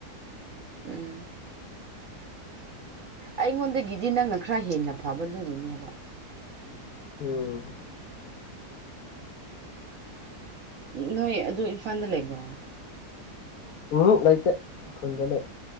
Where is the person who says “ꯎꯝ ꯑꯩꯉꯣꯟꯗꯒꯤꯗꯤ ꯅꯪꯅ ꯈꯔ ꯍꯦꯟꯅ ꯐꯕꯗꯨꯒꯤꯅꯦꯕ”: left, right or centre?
Right